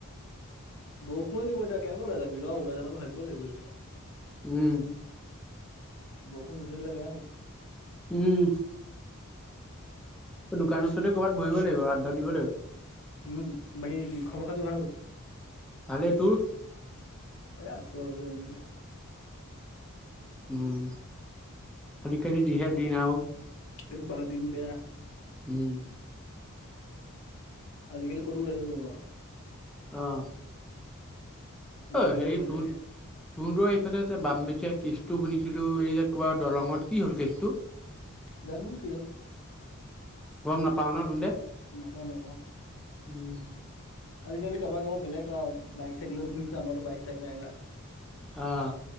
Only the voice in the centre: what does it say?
উম।
উম। দোকান ওচৰতে ক'ৰবাত বহিব লাগিব আড্ডা দিব লাগিব।
ভালে। তোৰ?
উম খাল কালি দিহাৰ দিন আহও।
উম।
অহ।
অ
হেৰি
ত
তহ ত এইফালে বাম বিশেষ কেচটো শুনিছিলো, এই যে কবা দলঙত কি হ'ল কেচটো?
গম নাপাও ন ত দে?
উম।
আহ।